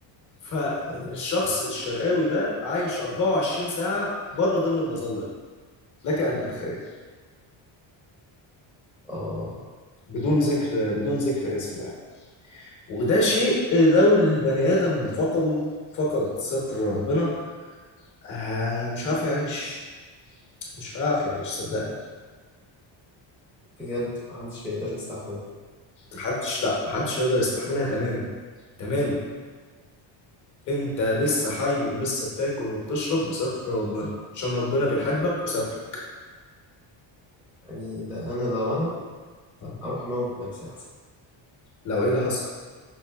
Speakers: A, on the left; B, in the centre.
A: فالشخص
B: ايوه
A: الشرقاوي ده عايش 24 ساعه بره ظل المظله دي لك ان تتخيل
B: اه
A: بدون ذكر بدون ذكر اسمه يعني وده شيء لو البني ادم فقده فقد ستر ربنا آه مش عارف يعيش مش عارف يعيش صدقني
B: بجد محدش هيقدر يستحمل
A: محدش لا محدش هيقدر يستحملها تماما تماما انت لسه حي ولسه بتاكل وبتشرب بستر ربنا عشان ربنا بيحبك وسترك
B: يعني ده انا لو انا
A: آه.
B: اروح اموت نفسي احسن
A: لو ايه اللي حصل